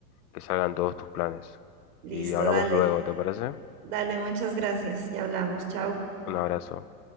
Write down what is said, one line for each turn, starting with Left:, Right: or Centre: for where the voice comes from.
Left: que salgan todos tus planes.
Right: Listo,
Left: Y hablamos
Right: dale.
Left: luego, ¿te parece?
Right: Dale, muchas gracias. Ya hablamos. Chao.
Left: Un abrazo.